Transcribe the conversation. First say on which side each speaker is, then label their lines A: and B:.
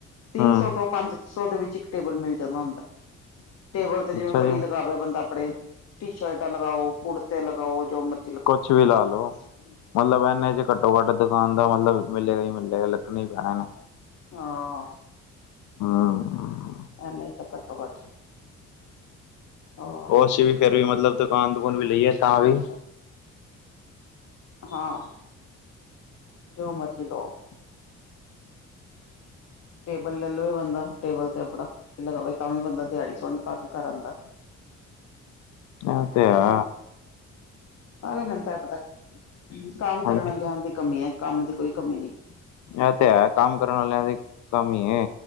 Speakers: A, on the left (about 55°); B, on the left (about 75°).
A: ਤਿੰਨ
B: ਹੂੰ,
A: ਸੌ ਤੋਂ ਪੰਜ ਕੁ ਸੌ ਦੇ ਵਿੱਚ ਇੱਕ ਟੇਬਲ ਮਿਲ ਜਾਂਦਾ ਹੁੰਦਾ। ਟੇਬਲ ਤੇ ਜਿਵੇਂ
B: ਅੱਛਾ
A: ਫੜੀ
B: ਜੀ।
A: ਲਗਾਵੇ ਬੰਦਾ ਆਪਣੇ ਟੀ ਸ਼ਰਟਾਂ ਲਗਾਓ, ਕੁੜਤੇ ਲਗਾਓ ਜੋ ਮਰਜੀ
B: ਕੁਛ ਵੀ ਲਾ ਲੋ ਮਤਲਬ ਐਨੇ ਚ ਘੱਟੋ-ਘੱਟ ਦੁਕਾਨ ਦਾ ਮਤਲਬ ਮਿਲੇਗਾ ਈ ਮਿਲੇਗਾ ਲੱਗਣਾ ਈ ਪੈਣਾ ਹਨਾ
A: ਹਾਂ।
B: ਹੂੰ
A: ਐਨਾ ਈ ਤਾਂ ਘੱਟੋ ਘੱਟ ਹੋਰ
B: ਓ ਅਸੀਂ ਵੀ ਫੇਰ ਵੀ ਮਤਲਬ ਦੁਕਾਨ ਦਕੂਨ ਵੀ ਲਈ ਆ ਤਾਂ ਵੀ
A: ਹਾਂ, ਜੋ ਮਰਜ਼ੀ ਲਓ।
B: <unintelligible>
A: ਟੇਬਲ ਲੈ ਲਵੇ ਬੰਦਾ ਟੇਬਲ ਤੇ ਆਪਣਾ ਲਗਾਵੇ ਤਾਂ ਵੀ ਬੰਦਾ ਦਿਹਾੜੀ ਸੋਹਣੀ ਪਾ ਕੇ ਘਰ ਆਂਦਾ।
B: ਏ ਤੇ ਆ।
A: ਸਾਰੇ ਮੈਨੂੰ ਤਾਂ ਐ ਪਤਾ ਕੰਮ ਕਰਨ
B: ਹਾਂਜੀ
A: ਵਾਲਿਆਂ ਦੀ ਕਮੀ ਐ, ਕੰਮ ਦੀ ਕੋਈ ਕਮੀ ਨੀ।
B: ਐ ਤੇ ਹੈ ਕੰਮ ਕਰਨ ਵਾਲਿਆਂ ਦੀ ਕਮੀ ਐ